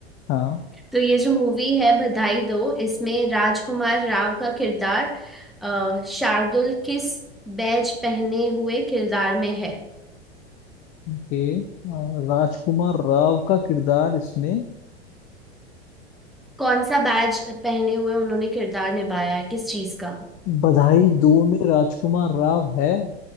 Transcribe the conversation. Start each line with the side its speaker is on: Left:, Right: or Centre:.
Left: हाँ
Centre: तो ये जो मूवी है बधाई दो इसमें राजकुमार राव का किरदार अ, शार्दुल किस बैज पहने हुए किरदार में है
Left: ओके राजकुमार राव का किरदार इसमें
Centre: कौन सा बैज पहने हुए उन्होंने किरदार निभाया है किस चीज का
Left: बधाई दो में राजकुमार राव है अ,